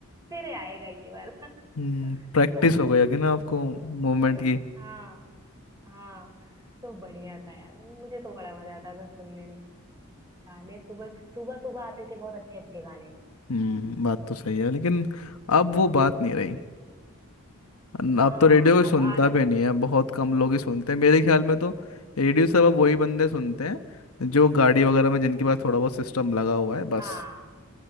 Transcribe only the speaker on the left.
हम्म
प्रैक्टिस
हो
गया कि ना आपको मूवमेंट
की
हम्म बात तो सही है लेकिन अब वो बात नहीं रही न- अब
तो रेडियो कोई
सुनता
भी नहीं है बहुत कम लोग ही सुनते हैं मेरे ख्याल में तो रेडियो सब अब वही बंदे सुनते हैं जो गाड़ी वगैरह में जिनके पास थोड़ा बहुत सिस्टम लगा हुआ है बस